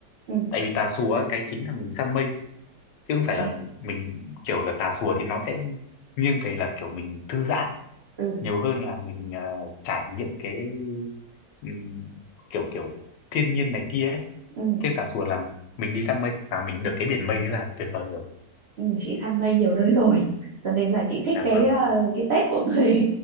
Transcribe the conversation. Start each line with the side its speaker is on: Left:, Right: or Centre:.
Right: ừ,
Left: tại vì Tà Xùa ấy, cái chính là mình săn mây chứ không phải là
Right: ê,
Left: mình kiểu là Tà Xùa thì nó sẽ nghiêng về là kiểu mình thư giãn
Right: ừ,
Left: nhiều hơn là mình ờ, trải nghiệm cái ừm, kiểu kiểu thiên nhiên này kia ấy
Right: ừ,
Left: trên tà rùa là mình đi săn mây và mình được cái biển mây đấy là tuyệt vời rồi
Right: ừ, chị săn mây nhiều nơi rồi, cho nên là chị thích
Left: Dạ
Right: cái
Left: vâng.
Right: ờ, cái Tết của người